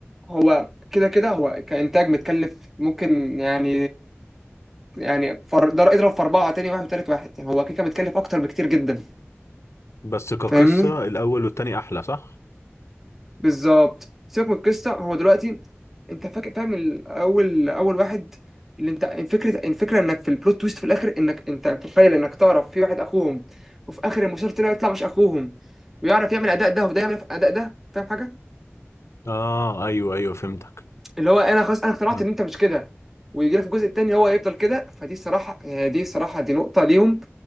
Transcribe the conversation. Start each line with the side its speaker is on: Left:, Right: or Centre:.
Centre: هو كده كده هو كانتاج متكلف ممكن يعني يعني فر... در... اضرب في اربعه تاني واحد تالت واحد يعني هو كده كده متكلف اكتر بكتير جدا
Left: بس كقصه
Centre: فاهمني
Left: الاول والتاني احلى صح
Centre: بالظبط سيبك من القصه هو دلوقتي انت فاكر فاهم الاول اول واحد اللي انت الفكره الفكره انك في البلوت تويست في الاخر انك انت متخيل انك تعرف في واحد اخوهم وفي اخر المسلسل طلع يطلع مش اخوهم ويعرف يعمل اداء ده وده يعمل اداء ده فاهم حاجه
Left: اه ايوه ايوه فهمتك
Centre: اللي هو انا خلاص انا اقتنعت
Left: مم.
Centre: ان انت مش كده ويجي لك في الجزء التاني هو يفضل كده فدي الصراحه يعني دي الصراحه دي نقطه ليهم